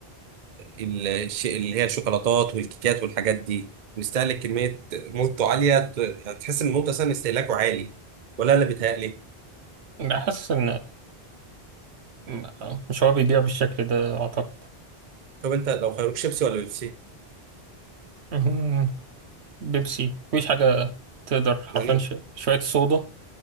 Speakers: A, on the right (about 50°); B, on the right (about 80°).
A: ال- الش- اللي هي الشوكولاتات والكيكات والحاجات دي بيستهلك كمية موته عالية ت- يعني تحس إن الموت أصلا استهلاكه عالي ولا أنا بيتهيألي
B: أنا حاسس إن لا، مش هو بيبيع بالشكل ده أعتقد
A: طب أنت لو خيروك شيبسي ولا بيبسي؟
B: مهم. بيبسي مفيش حاجة تقدر حرفيا
A: يعني
B: ش... شوية صودا